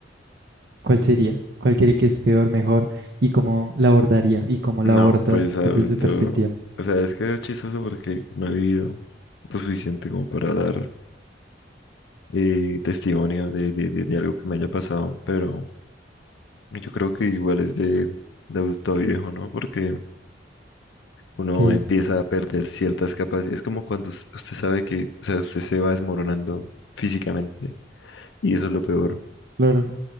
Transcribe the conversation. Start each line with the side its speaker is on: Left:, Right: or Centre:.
Right: ¿Cuál sería? ¿Cuál cree que es peor, mejor y cómo la abordaría y cómo
Left: No,
Right: la aborda
Left: pues adulto.
Right: desde su perspectiva?
Left: O sea, es que es chistoso porque no he vivido lo suficiente como para dar eh, testimonio de, de, de, de algo que me haya pasado, pero yo creo que igual es de, de adulto a viejo, ¿no? Porque uno
Right: Ok,
Left: empieza a perder ciertas capacidades. Es como cuando us- usted sabe que, o sea, usted se va desmoronando físicamente y eso es lo peor.
Right: claro,